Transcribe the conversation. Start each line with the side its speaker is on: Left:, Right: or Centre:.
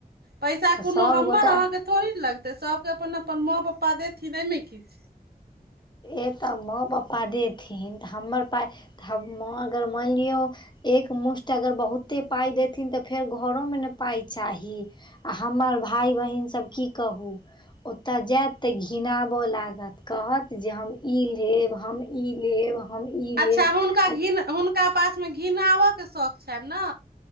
Right: पैसा
Left: तऽ
Right: कोनो
Left: सब
Right: हमर
Left: गोटा
Right: अहाँके थोड़े ने लगतै सभके अपन अपन माँ पप्पा देथिन एहिमे कि छै
Left: ए तऽ माँ पप्पा देथिन तऽ हमर पाइ तऽ हम माँ अगर मानि लिय एक मुष्ठ अगर बहुते पाइ देथिन तऽ फेर घरोमे ने पाइ चाही आ हमर भाय बहिन सभ की कहू ओतऽ जायत तऽ घिनाबऽ लागत कहत जे हम ई लेब हम ई लेब हम ई
Right: अच्छा
Left: लेब
Right: हुनका
Left: आ
Right: घिन हुनका पासमे घिनाबऽके शौख छनि ने